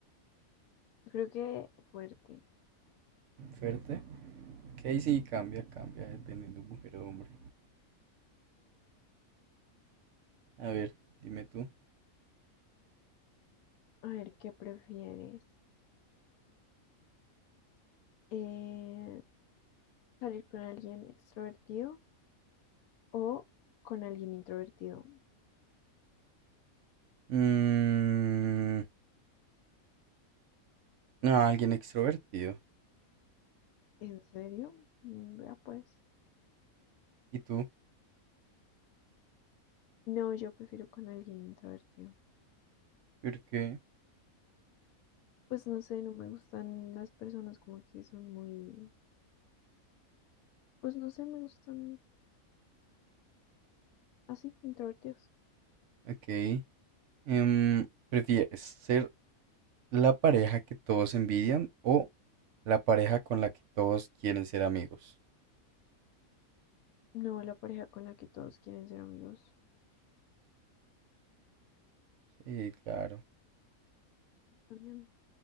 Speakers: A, on the left (about 80°); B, on the right (about 65°).
A: yo creo que fuerte.
B: Fuerte, que ahí sí cambia, cambia, dependiendo mujer o hombre. A ver, dime tú.
A: A ver, ¿qué prefieres? eh, salir con alguien extrovertido o con alguien introvertido.
B: Mm, No, alguien extrovertido.
A: ¿En serio? Mm, Vea pues.
B: ¿Y tú?
A: No, yo prefiero con alguien introvertido.
B: ¿Por qué?
A: Pues no sé, no me gustan las personas como que son muy, pues no sé, me gustan así, introvertidos.
B: Ok. Em, ¿prefieres ser la pareja que todos envidian o la pareja con la que todos quieren ser amigos?
A: No, la pareja con la que todos quieren ser amigos
B: Sí, claro.
A: también.